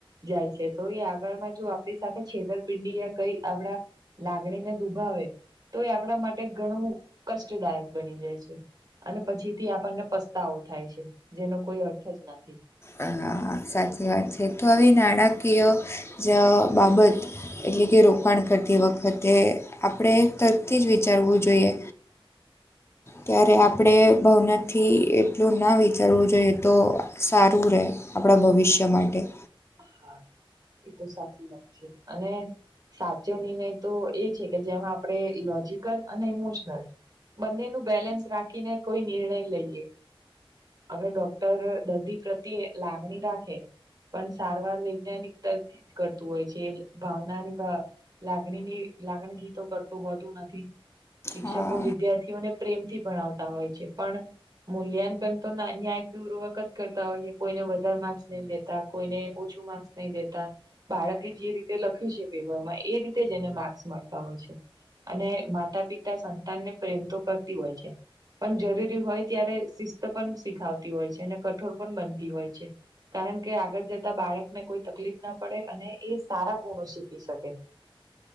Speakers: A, on the right; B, on the left.
A: જાય છે તો એ આગળ માં જો આપણી સાથે છેતરપિંડી કઈ આપડા લાગણીને દુ ભાવે તો એ આપણા માટે ઘણું કષ્ટદાયક બની જાય છે અને પછી થી આપણને પસ્તાવો થાય છે જેનો કોઈ અર્થ જ નથી
B: હા હા સાચી વાત છે તો આવી નાણાકીય જ બાબત એટલે કે રોકાણ કરતી વખતે આપણે તરથી જ વિચારવું જોઈએ
A: હ
B: ત્યારે આપણે ભવનાથી એટલું ના વિચારવું જોઈએ તો સારું રહે આપણા ભવિષ્ય માટે
A: હા એ તો સાચી વાત છે અને સાચો નિર્ણય તો એ છે કે જેમાં આપણે લોજકલ અને ઇમોશનલ બંને ન બેલેન્સ રાખીને કોઈ નિર્ણય લઈએ હવે ડોક્ટર દર્દી પ્રત્યે લાગણી રાખે પણ સારવાર વૈજ્ઞાનિક તરથી જ કરતું હોય છે ભાવનાને લાગણીની લાગણીથીતો કરતું હોતું નથી શિક્ષકો
B: હા
A: વિદ્યાર્થીઓને પ્રેમથી ભણાવતા હોય છે પણ મૂલ્યાંકન તો ન્યાયપીવૂર્વક જ કરતા હોય છે કોઈને વધારે માસ નહી લેતા ઓછું માર્ક્સ નહી દેતા બાળકે જે રીતે લખ્યું છે પેપરમાં એ રીતે જ એને માર્ક્સ મળતા હોય છે અને માતા પિતા સંતાન ને પ્રેમ તો કરતી હોય છે પણ જરૂરી હોય ત્યારે શિસ્ત પણ શીખાવતી હોય છે અને કઠોર પણ બનતી હોય છે કારણ કે આગળ જતા બાળકને કોઈ તકલીફ ના પડે અને એ સારા ગુણો શીખી શકે